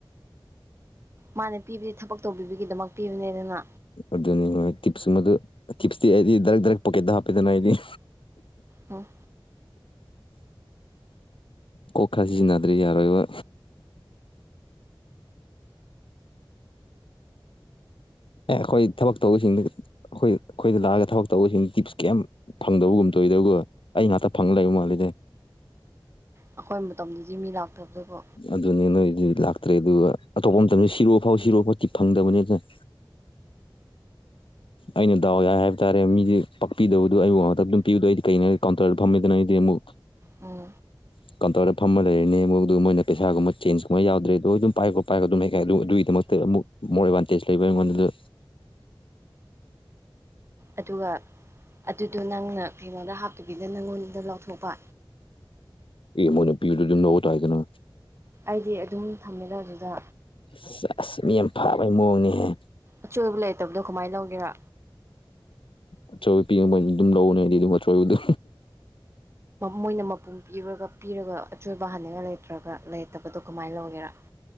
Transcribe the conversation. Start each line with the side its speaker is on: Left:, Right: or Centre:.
Right: ꯃꯥꯅ ꯄꯤꯕꯗꯤ ꯊꯕꯛ ꯇꯧꯕꯤꯕꯒꯤꯗꯃꯛ ꯄꯤꯕꯅꯦꯗꯅ
Left: ꯑꯗꯨꯅꯤ ꯍꯣꯏ ꯇꯤꯞꯁ ꯃꯗꯨ ꯇꯤꯞꯁꯇꯤ ꯑꯩꯗꯤ ꯗꯥꯢꯔꯦꯛ ꯗꯥꯢꯔꯦꯛ ꯄꯣꯀꯦꯠꯇ ꯍꯥꯞꯄꯦꯗꯅ ꯑꯩꯗꯤ
Right: ꯎꯝ
Left: ꯀꯣꯛ ꯈꯔ ꯁꯤꯖꯤꯟꯅꯗ꯭ꯔꯗꯤ ꯌꯥꯔꯣꯏꯕ ꯑꯦ ꯑꯩꯈꯣꯏ ꯊꯕꯛ ꯇꯧꯕꯁꯤꯡꯗꯤ ꯑꯩꯈꯣꯏ ꯑꯩꯈꯣꯏꯗ ꯂꯥꯛꯑꯒ ꯊꯕꯛ ꯇꯧꯕꯁꯤꯡ ꯇꯤꯞꯁꯤ ꯀꯩꯝ ꯐꯪꯗꯕꯒꯨꯝ ꯇꯧꯢꯗꯒꯣ ꯑꯩ ꯉꯥꯛꯇ ꯐꯪ ꯂꯩ ꯃꯥꯜꯂꯦꯗ
Right: ꯑꯩꯈꯣꯏ ꯃꯇꯝꯗꯗꯤ ꯃꯤ ꯂꯥꯛꯇꯕꯗꯨꯒꯣ
Left: ꯑꯗꯨꯅꯤ ꯅꯣꯏꯗꯤ ꯂꯥꯛꯇ꯭ꯔꯦ ꯑꯗꯨꯒ ꯑꯇꯣꯞꯄ ꯃꯇꯝꯗ ꯁꯤꯔꯣ ꯐꯥꯎ ꯁꯤꯔꯣ ꯐꯥꯎꯗꯤ ꯐꯪꯗꯕꯅꯤꯗ ꯑꯩꯅ ꯗꯥꯎ ꯌꯥꯏ ꯍꯥꯏꯕ ꯇꯥꯔꯦ ꯃꯤꯁ ꯄꯥꯛꯄꯤꯗꯕꯗꯨ ꯑꯩꯕꯨ ꯑꯃꯇ ꯑꯗꯨꯝ ꯄꯤꯕꯗꯣ ꯑꯩꯗꯤ ꯀꯩꯅꯣ ꯀꯥꯎꯟꯇꯔꯗ ꯐꯝꯃꯦꯗꯅ ꯑꯩꯗꯤ ꯑꯃꯨꯛ
Right: ꯎꯝ
Left: <inaudible> ꯀꯩꯅꯣ ꯇꯧꯔꯒ ꯐꯝꯃ ꯂꯩꯔꯅꯤ ꯃꯣꯏꯗꯨ ꯃꯣꯏꯅ ꯄꯩꯁꯥꯒꯨꯝꯕ ꯆꯦꯟꯖꯀꯨꯝꯕ ꯌꯥꯎꯗ꯭ꯔꯦꯗꯣ ꯑꯗꯨꯝ ꯄꯥꯏ ꯈꯣꯠ ꯄꯥꯏ ꯑꯗꯨꯝ ꯍꯥꯏ ꯑꯗꯨꯒꯤꯗꯃꯛꯇ ꯑꯃꯨꯛ ꯃꯣꯔ ꯑꯦꯗꯚꯥꯟꯇꯦꯖ ꯂꯩꯕ ꯑꯩꯉꯣꯟꯗꯁꯨ
Right: ꯑꯗꯨꯒ ꯑꯗꯨꯗꯣ ꯅꯪꯅ ꯀꯩꯅꯣꯗ ꯍꯥꯞꯇꯕꯤꯗ ꯅꯪꯉꯣꯟꯗ ꯂꯥꯎꯊꯣꯛꯄ
Left: ꯑꯦ ꯃꯣꯏꯅ ꯄꯤꯕꯗꯨ ꯑꯗꯨꯝ ꯂꯧꯕ ꯇꯥꯢ ꯀꯩꯅꯣ
Right: ꯑꯩꯗꯤ ꯑꯗꯨꯝ ꯊꯝꯃꯦꯗ ꯑꯗꯨꯗ
Left: ꯑꯁ ꯑꯁ ꯃꯤ ꯌꯥꯝ ꯐꯥꯕꯒꯤ ꯃꯑꯣꯡꯅꯤꯍꯦ
Right: ꯑꯆꯣꯏꯕ ꯂꯩꯇꯕꯗꯣ ꯀꯃꯥꯏꯅ ꯂꯧꯒꯦꯔꯥ
Left: ꯑꯆꯣꯏꯕ ꯄꯤ ꯃꯣꯢ ꯑꯗꯨꯝ ꯂꯧꯕꯅꯦ ꯑꯗꯨꯝ ꯑꯆꯣꯏꯕꯗꯣ
Right: ꯃꯣꯏꯅ ꯃꯄꯨꯝ ꯄꯤꯕꯔꯒ ꯄꯤꯔꯒ ꯑꯆꯣꯏꯕ ꯍꯥꯟꯅꯤꯡꯉꯥꯏ ꯂꯩꯇ꯭ꯔꯒ ꯂꯩꯔꯇꯕꯗꯣ ꯀꯃꯥꯏꯅ ꯂꯧꯒꯦꯔꯥ